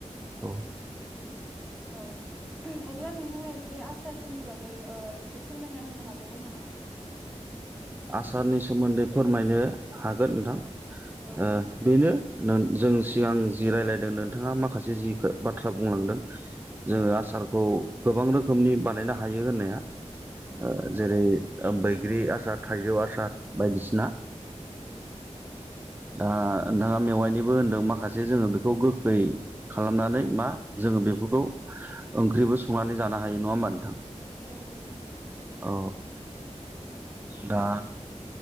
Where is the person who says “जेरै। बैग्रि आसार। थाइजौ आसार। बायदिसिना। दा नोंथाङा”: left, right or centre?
Right